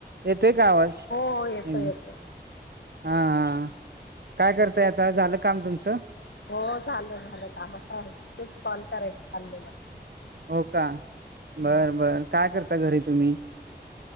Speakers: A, on the right; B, on the left.
A: येतोय का आवाज?
B: हो हो येतो
A: हा
B: येतो
A: हा काय करतय आता, झालं काम तुमचं?
B: हो झालं झालं काम आता, तेच कॉल करायच चालेलं.
A: हो का? बर बर, काय करता घरी तुम्ही?